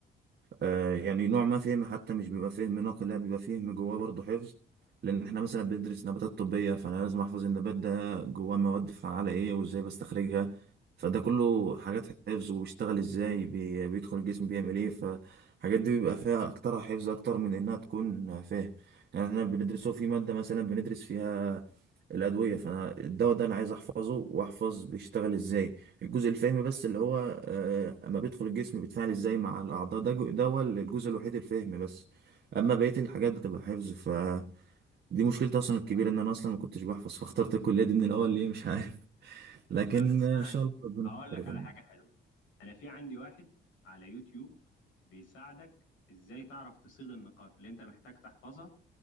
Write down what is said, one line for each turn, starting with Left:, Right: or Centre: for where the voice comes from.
Right: آه يعني نوع ما فهم حتى مش بيبقى فهم نقل لا بيبقى فهم جواه برضه حفظ لان احنا مثلا بندرس نباتات طبية فانا لازم احفظ النبات ده جواه مواد فعالة ايه وازاي بستخرجها فده كله حاجات حفظ وبيشتغل ازاي بي بيدخل الجسم بيعمل ايه فالحاجات دي بيبقى فيها اكترها حفظ اكتر من انها تكون فاهم يعني احنا بندرسه في مادة مثلا بندرس فيها الأدوية فأنا الدواء ده أنا عايز أحفظه وأحفظ بيشتغل إزاي الجزء الفهمي بس اللي هو آه، اما بيدخل الجسم بيتفاعل ازاي مع الاعضاء ده جو- ده هو الجزء الوحيد الفهمي بس اما بقيه الحاجات بتبقى حفظ فدي مشكلتي اصلا الكبيره ان انا اصلا ما كنتش بحفظ فاخترت الكليه دي من الاول ليه مش عارف <laughs> لكن
Left: طب اسمعني
Right: ان شاء الله ربنا
Left: اقول لك
Right: يستر
Left: على حاجه حلوه انا في عندي واحد على يوتيوب بيساعدك ازاي تعرف تصيغ النقاط اللي انت محتاج تحفظها